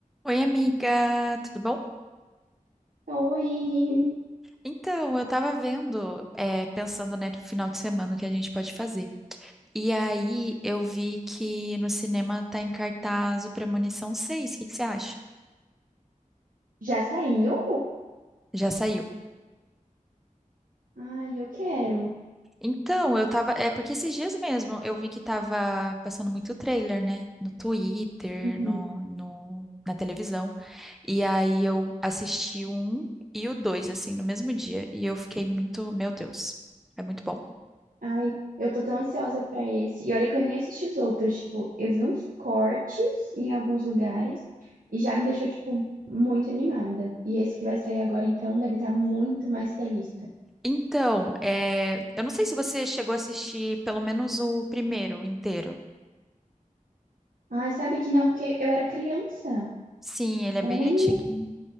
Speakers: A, in the centre; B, on the right.
A: Oi, amiga, tudo bom?
B: Oi,
A: Então, eu tava vendo, é, pensando, né, no final de semana o que a gente pode fazer. E aí eu vi que no cinema tá em cartaz o Premonição seis. O que que você acha?
B: já saiu?
A: Já saiu.
B: Ai, eu quero.
A: Então, eu tava. É porque esses dias mesmo eu vi que tava passando muito trailer, né? No Twitter,
B: Uhum.
A: no, no- na televisão. E aí eu assisti o um e o dois, assim, no mesmo dia. E eu fiquei muito, meu Deus, é muito bom.
B: Ai, eu tô tão ansiosa pra esse. E olha que eu nem assisti os outros, tipo, eu vi uns cortes em alguns lugares e já me deixou, tipo, muito animada. E esse que vai sair agora, então, deve estar muito mais realista.
A: Então, é, eu não sei se você chegou a assistir pelo menos o primeiro inteiro.
B: Ai, sabe que não, porque eu era criança,
A: Sim, ele é
B: era
A: bem
B: neném.
A: antiguinho.